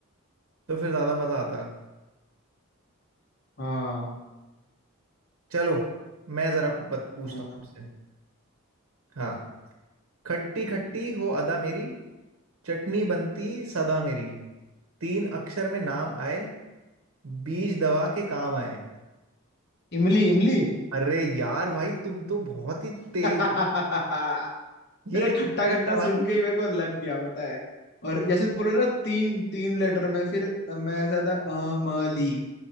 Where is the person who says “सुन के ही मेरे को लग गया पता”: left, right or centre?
Left